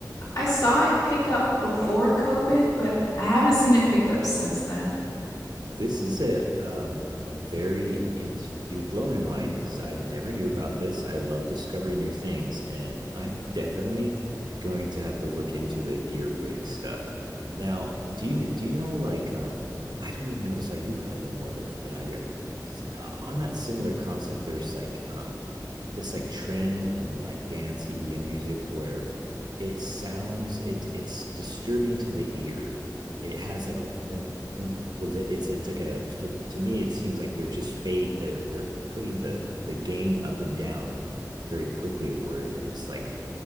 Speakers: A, on the left; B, on the right.
A: I saw it pick up before COVID, but I haven't seen it picked up since then.
B: This is a um a very in, you're blowing my mind. This I never knew about this. I love discovering new things, and I'm <laughs> definitely going to have to look into the earwig stuff. Now, do you do you know like um I don't even know the site. You probably know more than than I do. S- uh, On that similar concept, there's like um this like trend in like dance EDM music where it sounds it it's disturbing to the ear it has like a womp, womp, was it's it's like a to, to me it seems like they're just fade they're they're putting the the gain up and down very quickly where it's like